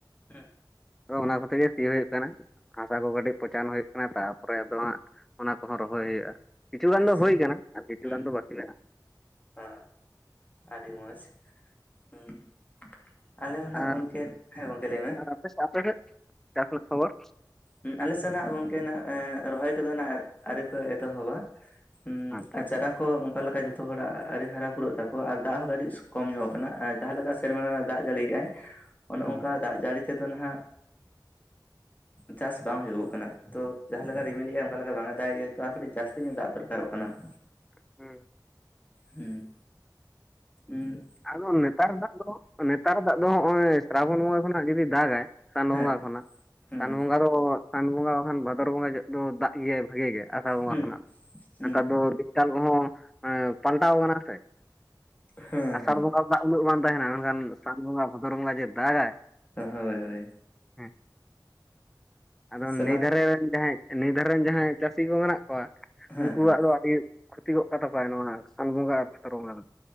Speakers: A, on the left; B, in the centre.
A: ᱦᱩᱸ,
B: ᱟᱫᱚ ᱚᱱᱟ ᱠᱚᱛᱮ ᱜᱮ ᱥᱤ ᱦᱳᱭᱳᱜ ᱠᱟᱱᱟ ᱦᱟᱥᱟ ᱠᱚ ᱠᱟᱹᱴᱤᱡ ᱯᱚᱪᱟᱱ ᱦᱳᱭᱳᱜ ᱠᱟᱱᱟ ᱛᱟᱨ ᱯᱚᱨᱮ ᱟᱫᱚ ᱦᱟᱸᱜ ᱚᱱᱟ ᱠᱚᱦᱚᱸ ᱨᱚᱦᱚᱭ ᱦᱩᱭᱩᱜᱼᱟ ᱠᱤᱪᱷᱩ ᱜᱟᱱ
A: ᱟᱪᱪᱷᱟ
B: ᱫᱚ ᱦᱳᱭ ᱠᱟᱱᱟ ᱟᱨ ᱠᱤᱪᱷᱩ
A: ᱦᱩᱸ
B: ᱜᱟᱱ ᱫᱚ ᱵᱟᱠᱤ ᱢᱮᱱᱟᱜᱼᱟ᱾
A: <inaudible> ᱟᱹᱰᱤ ᱢᱚᱡᱽ <inaudible> ᱟᱞᱮ ᱦᱚᱸᱱᱟᱜ
B: ᱟᱨ
A: ᱜᱚᱝᱠᱮ ᱦᱮᱸ ᱜᱚᱝᱠᱮ ᱞᱟᱹᱭ ᱢᱮ?
B: <unintelligible> ᱪᱟᱥ ᱨᱮᱱᱟᱜ ᱠᱷᱚᱵᱚᱨ?
A: ᱩᱸ ᱟᱞᱮᱥᱮᱱ ᱱᱟᱜ ᱜᱚᱝᱠᱮᱱᱟᱜ ᱮ ᱨᱚᱦᱚᱭ ᱠᱚᱫᱚ ᱱᱟᱜ ᱟᱹᱣᱨᱤ ᱠᱚ ᱮᱛᱚᱦᱚᱵᱟ ᱾ ᱦᱩᱸ
B: ᱟᱪᱪᱷᱟ
A: ᱟᱨ ᱪᱟᱨᱟ ᱠᱚ ᱚᱝᱠᱟ ᱞᱮᱠᱟ ᱡᱷᱚᱛᱚ ᱦᱚᱲᱟᱜ ᱟᱹᱨᱤ ᱦᱟᱨᱟ ᱯᱩᱨᱟᱹᱜ ᱛᱟᱠᱚᱣᱟ ᱟᱨ ᱫᱟᱜ ᱦᱚᱸ ᱠᱟᱹᱴᱤᱡ ᱠᱚᱢ ᱧᱚᱜ ᱠᱟᱱᱟ ᱟᱨ ᱡᱟᱦᱟᱸ ᱞᱮᱠᱟ ᱥᱮᱨᱢᱟ ᱨᱮ ᱫᱟᱜ ᱡᱟᱹᱲᱤᱭ ᱟᱭ ᱚᱱᱚ
B: ᱦᱮᱸ
A: ᱚᱝᱠᱟ ᱫᱟᱜ ᱡᱟᱹᱲᱤ ᱛᱮᱫᱚ ᱱᱟᱦᱟᱜ ᱪᱟᱥ ᱵᱟᱝ ᱦᱳᱭᱳᱜᱚᱜ ᱠᱟᱱᱟ ᱾ ᱛᱚ ᱡᱟᱦᱟᱸ ᱞᱮᱠᱟ ᱨᱤᱢᱤᱞᱮᱻᱟ ᱚᱱᱝᱠᱟ ᱞᱮᱠᱟ ᱵᱟᱝ ᱮ ᱫᱟᱜᱮᱜᱼᱟ ᱛᱚ ᱟᱨ ᱠᱟᱹᱴᱤᱡ ᱡᱟᱹᱥᱛᱤ ᱧᱚᱜ ᱫᱟᱜ ᱫᱚᱨᱠᱟᱨᱚᱜ ᱠᱟᱱᱟ ᱾
B: <inaudible>
A: ᱦᱩᱸ ᱩᱸ
B: ᱟᱫᱚ ᱱᱮᱛᱟᱨ ᱫᱟᱜ ᱫᱚ ᱚᱱᱮ ᱠᱟᱨ ᱫᱟᱜ ᱫᱚ ᱦᱚᱜᱼᱚᱭ ᱥᱨᱟᱵᱚᱱ ᱵᱚᱸᱜᱟ ᱠᱷᱚᱱᱟᱜ ᱡᱩᱫᱤ ᱫᱟᱜᱟᱭ ᱥᱟᱱ
A: ᱦᱮᱸ
B: ᱵᱚᱸᱜᱟ ᱠᱷᱚᱱᱟᱜ
A: ᱦᱩᱸ
B: ᱥᱟᱱ ᱵᱚᱸᱜᱟ ᱫᱚ ᱾ ᱥᱟᱱ ᱵᱚᱸᱜᱟ ᱵᱟᱠᱷᱟᱱ ᱵᱷᱟᱫᱚᱨ ᱵᱚᱸᱜᱟ ᱡᱚᱜ ᱫᱚ ᱫᱟᱜ ᱜᱮᱭᱟᱭ ᱵᱷᱟᱜᱤ ᱜᱮ ᱟᱥᱟᱲ ᱵᱚᱸᱜᱟ
A: ᱦᱩᱸ
B: ᱠᱷᱚᱱᱟᱜ
A: ᱦᱩᱸ
B: ᱱᱮᱛᱟᱨ ᱫᱚ ᱾ ᱪᱟᱞ ᱠᱚᱦᱚᱸ <inaudible> ᱯᱟᱞᱴᱟᱣ ᱠᱟᱱᱟ ᱥᱮ ᱾
A: ᱦᱮᱸ
B: ᱟᱥᱟᱲ
A: ᱦᱮᱸ
B: ᱵᱚᱸᱜᱟ ᱫᱟᱜ ᱩᱱᱟᱹᱜ ᱵᱟᱝ ᱛᱟᱦᱮᱱᱟ ᱢᱮᱱᱠᱷᱟᱱ ᱥᱟᱱ ᱵᱚᱸᱜᱟ ᱵᱷᱟᱫᱚᱨ ᱵᱚᱸᱜᱟ ᱡᱮ ᱫᱟᱜᱟᱭ ᱾
A: ᱛᱚ ᱦᱳᱭ ᱦᱳᱭ,
B: ᱦᱩᱸ ᱟᱫᱚ
A: ᱥᱟᱱᱟᱢ
B: ᱱᱟᱹᱭ ᱫᱷᱟᱨᱮ ᱨᱮᱱ ᱡᱟᱦᱟᱸᱭ ᱱᱟᱹᱭ ᱫᱷᱟᱨᱮ ᱨᱮᱱ ᱡᱟᱦᱟᱸᱭ ᱪᱟᱹᱥᱤ ᱠᱚ ᱢᱮᱱᱟᱜ ᱠᱚᱣᱟ
A: ᱦᱮᱸ
B: ᱩᱱᱠᱩᱣᱟᱜ
A: ᱦᱮᱸ
B: ᱫᱚ ᱟᱹᱰᱤ ᱠᱷᱚᱛᱤ ᱜᱚᱫ ᱠᱟᱛᱟ ᱠᱚᱣᱟ ᱱᱚᱣᱟ ᱥᱟᱱ ᱵᱚᱸᱜᱟ ᱟᱨ ᱵᱷᱟᱫᱚᱨ ᱵᱚᱸᱜᱟ ᱫᱚ ᱾